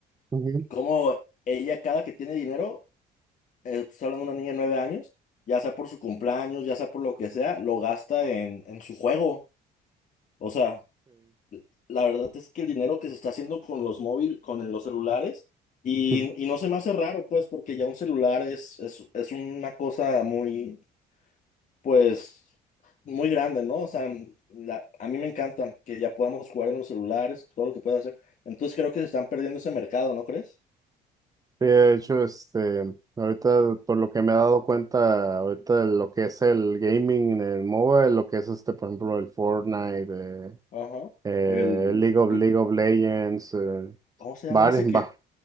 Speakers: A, on the right (about 20°); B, on the left (about 50°).
A: ujú,
B: Como ella cada que tiene dinero, eh, te estoy hablando de una niña de nueve años, ya sea por su cumpleaños, ya sea por lo que sea, lo gasta en, en su juego. O sea, la verdad es que el dinero que se está haciendo con los móviles, con el- los celulares, y,
A: sí.
B: y no se me hace raro, pues, porque ya un celular es, es, es una cosa muy, pues, muy grande, ¿no? O sea, la- a mí me encanta que ya podamos jugar en los celulares, todo lo que pueda hacer. Entonces creo que se están perdiendo ese mercado, ¿no crees?
A: Sí, de hecho, este, ahorita por lo que me he dado cuenta, ahorita lo que es el gaming en mobile, lo que es este, por ejemplo, el Fortnite, eh,
B: Ajá.
A: eh,
B: El,
A: League of
B: el
A: League of Legends, eh,
B: ¿Cómo se llama
A: bares,
B: ese que?
A: va,